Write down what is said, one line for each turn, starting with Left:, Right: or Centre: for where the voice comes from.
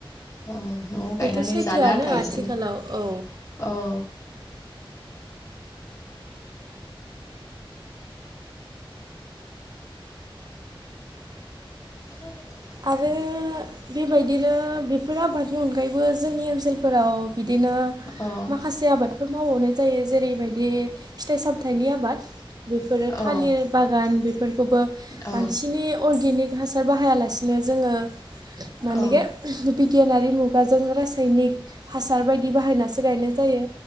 Left: औ न'आव
Right: बेथ'
Left: गायनानै
Right: सैथोआनो
Left: जानो आथा
Right: आथिखालाव
Left: एसेनो
Right: औ
Left: औ <inaudible>
Right: आरो बेबायदिनो बेफोर आबादनि अनगायैबो जोंनि ओनसोलफोराव बिदिनो
Left: औ
Right: माखासे आबादफोर मावबावनाय जायो जेरैबायदि फिथाइ सामथाइनि आबाद बेफोरो
Left: औ
Right: थालिर बागान बेफोरखौबो
Left: औ
Right: बांसिनै अर्गेनिक हासार बाहायालासे बिदिनो जोङो मानगे
Left: औ
Right: गियानारि मुगाजों रासायनिक हासार बायदि बाहायनासो गायनाय जायो